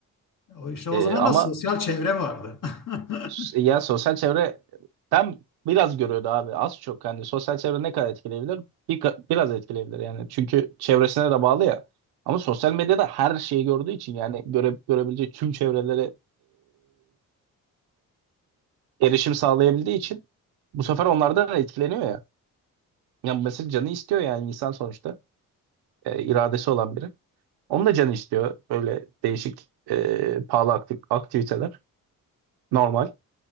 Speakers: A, on the left (about 55°); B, on the right (about 85°).
A: O işte o
B: Ee,
A: zaman
B: ama
A: da sosyal çevre vardı. <laughs>
B: s- ya sosyal çevre ben biraz görüyordu abi az çok hani sosyal çevre ne kadar etkileyebilir? Bir, ka- biraz etkileyebilir yani. Çünkü çevresine de bağlı ya. Ama sosyal medyada her şeyi gördüğü için yani göre, görebileceği tüm çevrelere e, erişim sağlayabildiği için bu sefer onlardan etkileniyor ya. Yani mesela canı istiyor yani insan sonuçta e, iradesi olan biri. Onun da canı istiyor böyle değişik e, pahalı akti- aktiviteler. Normal.